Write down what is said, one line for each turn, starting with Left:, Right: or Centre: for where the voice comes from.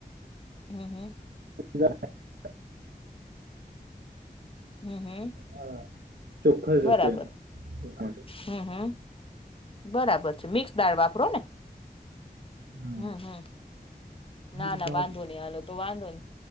Left: હમ્મ હમ્મ
Right: <inaudible>
Left: હમ્મ હમ્મ
Right: હા ચોખ્ખસ
Left: બરાબર
Right: હશે એનો માટે
Left: હમ્મ હમ્મ બરાબર છે મિક્સ દાળ વાપરો ને
Right: હા
Left: હમ્મ હમ્મ ના
Right: મિક્સ
Left: ના
Right: દાળ
Left: વાંધો નહી હાલો તો વાંધો ની